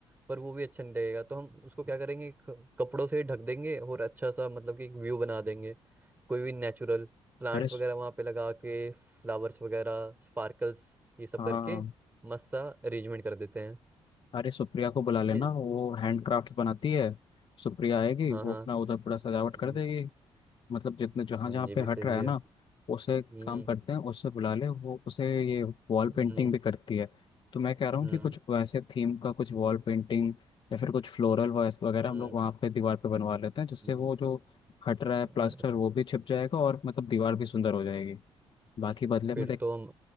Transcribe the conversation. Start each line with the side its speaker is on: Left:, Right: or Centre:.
Right: पर वो भी अच्छा नहीं लगेगा तो हम उसको क्या करेंगे क- कपड़ों से ही ढक देंगे और अच्छा सा मतलब कि एक व्यू बना देंगे कोई भी नेचुरल प्लांट्स
Left: अरे स-
Right: वगैरह वहाँ पे लगा के फ्लावर्स वगैरह स्पार्कल्स ये सब
Left: हाँ
Right: करके मस्त सा अरेंजमेंट कर देते हैं
Left: अरे सुप्रिया को बुला लेना
Right: ये
Left: वो हैंडक्राफ्ट बनाती है सुप्रिया आएगी
Right: हाँ
Left: वो
Right: हाँ
Left: अपना उधर पूरा सजावट
Right: हम्म,
Left: कर देगी मतलब जितने जहाँ
Right: हम्म,
Left: जहाँ
Right: ये
Left: पे
Right: भी सही
Left: हट रहा है
Right: है
Left: ना उसे
Right: हम्म
Left: काम करते हैं उससे बुला ले वो उसे ये वॉल
Right: हम्म
Left: पेंटिंग भी करती है तो मैं कह रहा हूँ
Right: हम्म
Left: कि कुछ वैसे थीम का कुछ वॉल पेंटिंग या फिर कुछ फ्लोरल वगैरह
Right: हम्म
Left: हम लोग वहाँ पे दीवार पे बनवा लेते हैं जिससे
Right: हम्म।
Left: वो जो हट रहा है
Right: हम्म,
Left: प्लास्टर वो भी छिप जाएगा और मतलब दीवार भी सुंदर हो जाएगी बाकी बदले
Right: फिर
Left: में देख
Right: तो हम